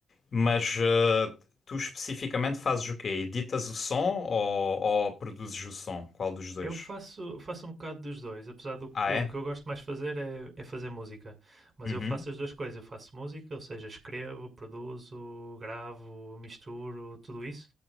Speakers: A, on the left; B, on the right.
A: Mas
B: uhum.
A: ah, tu especificamente fazes o quê? Editas o som ou, ou produzes o som? Qual dos dois?
B: Eu faço, faço um bocado dos dois, apesar do
A: Ah,
B: eu,
A: é?
B: o que eu gosto mais de fazer é, é fazer música. Mas
A: Uhum,
B: eu faço as duas coisas, eu faço música, ou seja, escrevo, produzo, gravo, misturo, tudo isso.